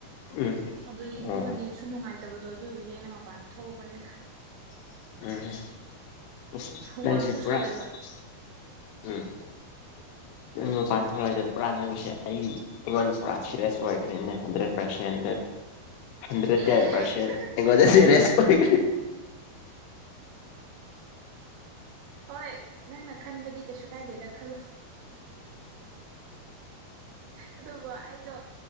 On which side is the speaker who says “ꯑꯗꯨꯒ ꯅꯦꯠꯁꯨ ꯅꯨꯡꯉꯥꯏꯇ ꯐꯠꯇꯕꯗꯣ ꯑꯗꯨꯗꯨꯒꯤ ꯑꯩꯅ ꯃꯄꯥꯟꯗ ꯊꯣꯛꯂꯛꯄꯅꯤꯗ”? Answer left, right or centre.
Right